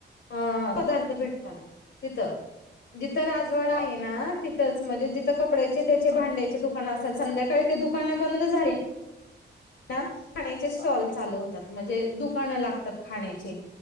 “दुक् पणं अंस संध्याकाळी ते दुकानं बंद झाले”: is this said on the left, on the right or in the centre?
Left